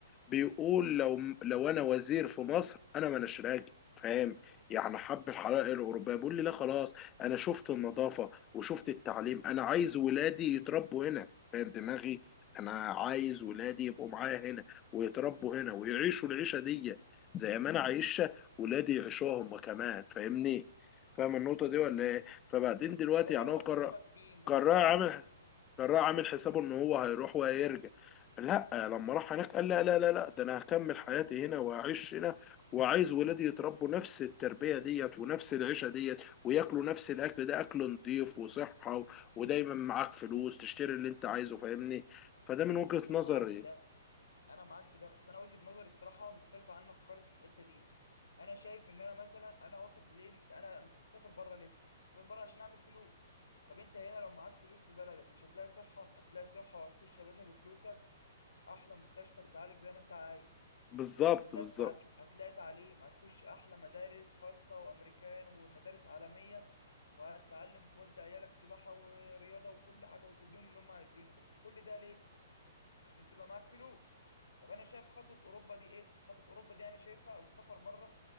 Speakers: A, on the left; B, on the left.
A: بيقول لو لو أنا وزير في مصر أنا ما راجل فاهم يعني حب الحضاره الاوروبيه بيقول لي لا خلاص انا شفت النظافه وشفت التعليم انا عايز ولادي يتربوا هنا فاهم دماغي انا عايز ولادي يبقوا معايا هنا ويتربوا هنا ويعيشوا العيشه دي زي ما انا عايشها ولادي يعيشوها هم كمان فاهمني فاهم النقطه دي ولا ايه فبعدين دلوقتي
B: ما هو ده اللي
A: يعني
B: انا
A: هو
B: بكلمك
A: قرر
B: فيه ان
A: قرع
B: هو
A: عامل قرع عامل حسابه ان هو هيروح وهيرجع لا لما راح هناك قال لا لا لا لا ده انا هكمل حياتي هنا وهعيش هنا وعايز ولادي يتربوا نفس التربيه ديت ونفس العيشه ديت وياكلوا نفس الاكل ده اكل نضيف وصحه و- ودايما معاك فلوس تشتري اللي انت عايزه فاهمني فده من
B: بص
A: وجهة نظري
B: انا معاك في ده انا معاك في ده بس انا وجهة نظري الصراحه مختلفه عنك خالص في الحته دي انا شايف ان انا مثلا انا واخد ليه انا مسافر بره ليه مسافر بره عشان اعمل فلوس طب انت هنا لو معاك فلوس في بلدك مش هتلاقي صحه هتلاقي صحه وهتخش يا باشا بفلوسك احلى مستشفى تتعالج زي ما انت عايز
A: بالظبط
B: طب مش هتلاقي
A: بالظبط
B: تعليم هتلاقي تعليم هتخش احلى مدارس خاصه وامريكان ومدارس عالميه وهتتعلم وتودي عيالك سباحه ورياضه وكل حاجه وتديهم اللي هم عايزينه بس كل ده ليه عشان تبقى معاك فلوس طب انا شايف خطوه اوروبا دي ايه خطوه اوروبا دي انا شايفها او السفر بره